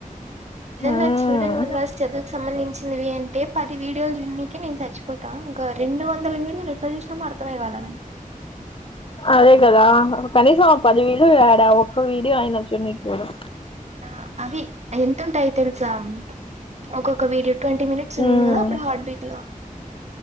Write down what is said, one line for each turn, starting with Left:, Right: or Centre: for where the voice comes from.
Right: ఏదన్నా
Left: హ్మ్
Right: చూడండి రా చదువుకు సంబంధించినవి అంటే పది వీడియోలు చూడ్నికే నేను చచ్చిపోతా ఇంకా రెండు వందలు వీడియోలు ఎట్లా చూసినం అర్థమేకాలేదే
Left: అదే కదా కనీసం ఒక పది వీడియో ఏడా ఒక్క వీడియో అయిన చూడ్నికీ చూడు
Right: ఆ అవి ఎంతుంటాయి తెలుసా ఒక్కొక్క వీడియో ట్వంటీ మినిట్స్ ఉన్నింది
Left: ఉమ్
Right: కదా అప్పుడు హార్ట్ బీట్ లో